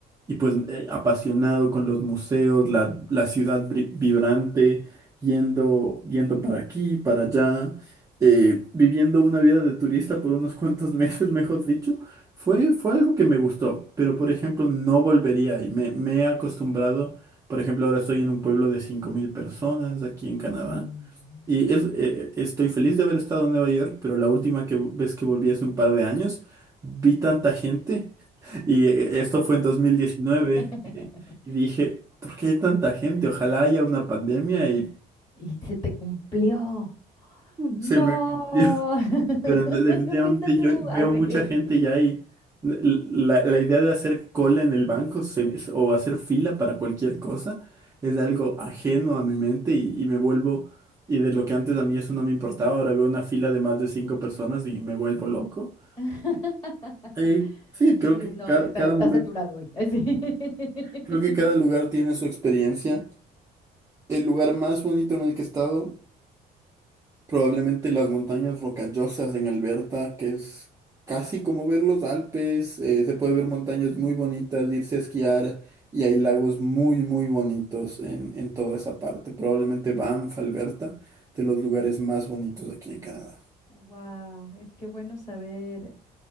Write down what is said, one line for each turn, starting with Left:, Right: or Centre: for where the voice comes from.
Right: Y pues eh, apasionado con los museos, la, la ciudad bri- vibrante, yendo, yendo para aquí, para allá, eh, viviendo una vida de turista por unos cuantos <laughs> meses, mejor dicho. Fue, fue algo que me gustó, pero por ejemplo no volvería y me, me he acostumbrado, por ejemplo ahora estoy en un pueblo de 5.000 personas aquí en Canadá
Left: Mm.
Right: y es- eh, estoy feliz de haber estado en Nueva York, pero la última que, vez que volví hace un par de años vi tanta gente <laughs> y eh, esto fue en 2019
Left: <laughs>
Right: eh, y dije, ¿por qué hay tanta gente? Ojalá haya una pandemia y
Left: Y se te cumplió. No,
Right: se me... <laughs>
Left: <laughs>
Right: Pero de- definitivamente
Left: fuiste tú,
Right: yo veo
Left: así.
Right: mucha
Left: él.
Right: gente ya y la, la idea de hacer cola en el banco se- o hacer fila para cualquier cosa es algo ajeno a mi mente y, y me vuelvo, y de lo que antes a mí eso no me importaba, ahora veo una fila de más de cinco personas y me vuelvo loco.
Left: <laughs>
Right: Eh, sí, creo
Left: Y dices,
Right: que
Left: no,
Right: ca-
Left: está,
Right: cada
Left: está
Right: momento,
Left: saturado hoy. Así. <laughs>
Right: creo que cada lugar tiene su experiencia. El lugar más bonito en el que he estado Probablemente las montañas rocallosas en Alberta, que es casi como ver los Alpes, eh, se puede ver montañas muy bonitas, irse a esquiar y hay lagos muy, muy bonitos en, en toda esa parte. Probablemente Banff, Alberta, de los lugares más bonitos aquí en Canadá.
Left: Wow, es que bueno saber.